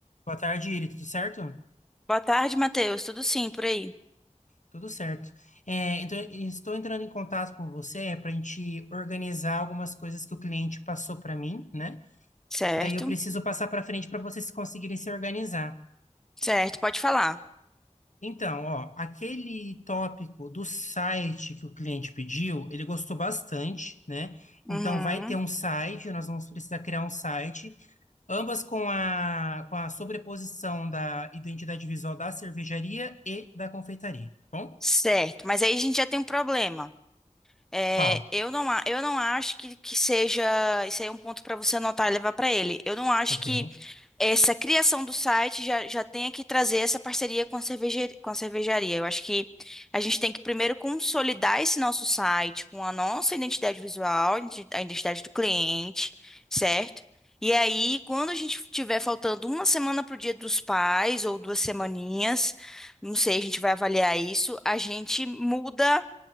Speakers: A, on the left; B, in the centre.
A: Boa tarde, Iri. Tudo certo?
B: Boa tarde, Matheus. Tudo sim por aí?
A: Tudo certo. É, então, estou entrando em contato com você para a gente organizar algumas coisas que o cliente passou para mim, né?
B: Certo?
A: E aí eu preciso passar para frente para vocês conseguirem se organizar.
B: Certo, pode falar.
A: Então, ó, aquele tópico do site que o cliente pediu, ele gostou bastante, né? Então,
B: Uhum.
A: vai ter um site, nós vamos precisar criar um site, ambas com a, com a sobreposição da identidade visual da cervejaria e da confeitaria, tá bom?
B: Certo, mas aí a gente já tem um problema. É,
A: Qual
B: eu não, a- eu não acho que, que seja. Isso aí é um ponto para você anotar e levar para ele. Eu não acho
A: Ok.
B: que essa criação do site já, já tenha que trazer essa parceria com a cerveje- com a cervejaria. Eu acho que a gente tem que primeiro consolidar esse nosso site com a nossa identidade visual, identi- a identidade do cliente, certo? E aí, quando a gente tiver faltando uma semana para o Dia dos Pais, ou duas semaninhas, não sei, a gente vai avaliar isso, a gente muda